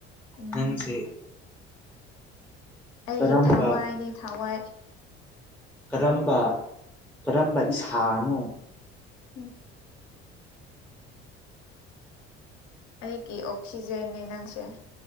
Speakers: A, on the left (about 60°); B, in the centre.
A: ꯎꯝ
B: ꯅꯪꯁꯦ
A: ꯑꯩꯒꯤ
B: ꯀꯔꯝꯕ
A: ꯊꯋꯥꯏꯅꯤ ꯊꯋꯥꯏ
B: ꯀꯔꯝꯕ ꯀꯔꯝꯕ ꯏꯁꯥꯅꯣ
A: ꯎꯝ ꯑꯩꯒꯤ ꯑꯣꯛꯁꯤꯖꯦꯟꯅꯤ ꯅꯪꯁꯦ